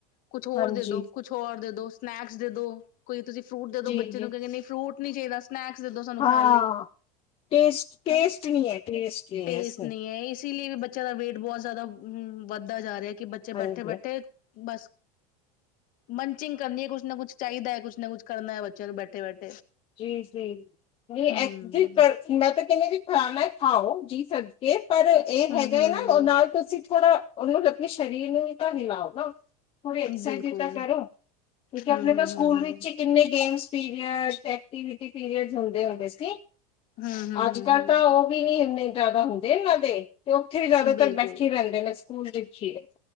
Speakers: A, on the left; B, on the left.
A: ਕੁਛ ਹੋਰ
B: ਹਾਂਜੀ
A: ਦੇ ਦੋ, ਕੁਛ ਹੋਰ ਦੇ ਦੋ, ਸਨੈਕਸ ਦੇ ਦੋ, ਕੋਈ ਤੁਸੀਂ ਫਰੂਟ ਦੇ ਦੋ,
B: ਜੀ
A: ਬੱਚੇ
B: ਜੀ
A: ਨੂੰ ਕਹਿੰਦੇ ਨਹੀਂ ਫਰੂਟ ਨਹੀਂ ਚਾਹੀਦਾ ਸਨੈਕਸ ਦੇਦੋ ਸਾਨੂੰ
B: ਹਾਂ
A: ਖਾਣ ਲਈ,
B: ਟੇਸਟ ਟੇਸਟ
A: ਹੈਨਾ।
B: ਨਹੀਂ ਹੈ ਟੇਸਟ ਨਹੀਂ
A: ਟੇਸਟ
B: ਹੈ ਇਸ ਵਿੱਚ।
A: ਨਹੀਂ ਹੈ, ਇਸ ਲਈ ਵੀ ਬੱਚਿਆਂ ਦਾ ਵੇਟ ਬਹੁਤ ਜ਼ਿਆਦਾ ਵੱਧਦਾ ਜਾ ਰਿਹਾ ਐ। ਕਿ ਬੱਚੇ
B: ਹਾਂਜੀ
A: ਬੈਠੇ ਬੈਠੇ ਬਸ ਮੰਚਿੰਗ ਕਰਨੀ ਹੈ, ਕੁਛ ਨਾ ਕੁਛ ਚਾਹੀਦਾ ਹੈ, ਕੁੱਛ ਨਾ ਕੁੱਛ ਕਰਨਾ ਹੈ, ਬੱਚਿਆਂ ਨੂੰ ਬੈਠੇ ਬੈਠੇ
B: ਜੀ ਜੀ ਨਹੀਂ,
A: ਹੂੰ।
B: ਐ ਜੀ ਪਰ, ਮੈਂ ਤਾਂ ਕਹਿੰਨੀ ਆਂ ਜੀ ਖਾਣਾ ਐ, ਖਾਓ ਜੀ ਸਦ ਕੇ, ਪਰ ਇਹ
A: ਹੂੰ
B: ਹੈਗਾ
A: ਹੂੰ
B: ਹੈ ਨਾ ਉਹ ਨਾਲ ਤੁਸੀਂ ਥੋੜਾ ਔਨੂ ਆਪਣੇ ਸ਼ਰੀਰ ਨੂ ਵੀ ਤਾਂ ਹਿਲਾਯੋ ਨਾ। ਪੂਰੀ ਐਕਸਰ
A: ਬਿਲਕੁਲ
B: ਸਾਈਜ਼ ਤਾਂ ਕਰੋ, ਕਿਉਂਕਿ
A: ਹੂੰ
B: ਆਪਣੇ
A: ਹੂੰ
B: ਤਾਂ ਸਕੂਲ
A: ਹੂੰ ਹੂੰ।
B: ਵਿੱਚ ਹੀ ਕਿੰਨੇ ਗੇਮਸ ਪੀਰੀਅਡ, ਐਕਟੀਵਿਟੀ ਪੀਰੀਅਡ ਹੁੰਦੇ ਹੁੰਦੇ ਸੀ।
A: ਹੂੰ ਹੂੰ
B: ਅੱਜ
A: ਹੂੰ
B: ਕੱਲ੍ਹ
A: ਹੂੰ
B: ਤਾਂ ਉਹ ਵੀ ਨੀ ਹੁੰਦੇ। ਜ਼ਿਆਦਾ ਹੁੰਦੇਨਾਂ ਦੇ ਤੇ ਉੱਥੇ ਵੀ ਜ਼ਿਆਦਾਤਰ
A: ਬਿਲਕੁਲ
B: ਬੈਠੇ ਹੀ ਰਹਿੰਦੇ ਨੇ ਸਕੂਲ ਵਿਚ ਏ।